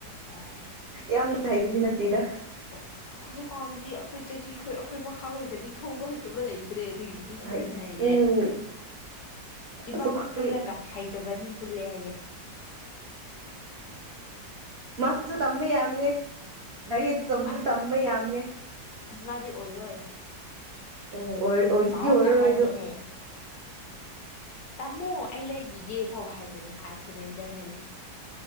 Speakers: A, on the left; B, on the right.
A: ꯑꯦ
B: ꯌꯥꯝꯅ ꯍꯩꯕꯗꯤ ꯅꯠꯇꯦꯗ
A: ꯍꯣꯏ ꯍꯧꯖꯤꯛꯀꯥꯟꯗꯤ ꯑꯩꯈꯣꯏ ꯆꯍꯤ ꯈꯣꯏ ꯑꯩꯈꯣꯏ ꯃꯈꯥ ꯑꯣꯏꯕꯗꯤ ꯒꯥꯔꯤ ꯊꯧꯕ ꯍꯩꯇꯕ ꯂꯩꯇ꯭ꯔꯦ ꯑꯗꯨꯒꯤ ꯏꯆꯦꯁꯅꯅꯦ
B: ꯍꯥꯏ
A: ꯍꯥꯏꯌꯦ
B: ꯎꯝ
A: ꯏꯕꯥꯅꯤ
B: ꯑꯁ ꯑꯩꯈꯣꯏ
A: ꯄꯨꯜꯂꯒ ꯍꯩꯇꯕꯅꯤ ꯄꯨꯜꯂꯦ ꯍꯥꯏꯌꯦ
B: ꯃꯥ ꯁꯨ ꯇꯝꯕ ꯌꯥꯝꯅꯦ ꯒꯥꯔꯤ ꯑꯆ ꯆꯧꯕꯗ
A: ꯑꯥ
B: ꯇꯝꯕ ꯌꯥꯝꯅꯤ
A: ꯑꯣꯏꯔꯣꯏ
B: ꯑꯣ ꯑꯣꯏ
A: ꯄꯥꯎꯅ
B: ꯑꯣꯏꯔꯔꯣꯏꯗꯨ
A: ꯍꯥꯏꯕꯅꯦ ꯇꯥꯃꯣ ꯑꯩ ꯂꯩꯕꯤꯒꯦ ꯐꯥꯎꯕ ꯍꯥꯏꯕꯅꯦ ꯑꯥꯏꯁ ꯁꯤꯂꯤꯟꯗꯔ ꯍꯥꯏꯒꯦ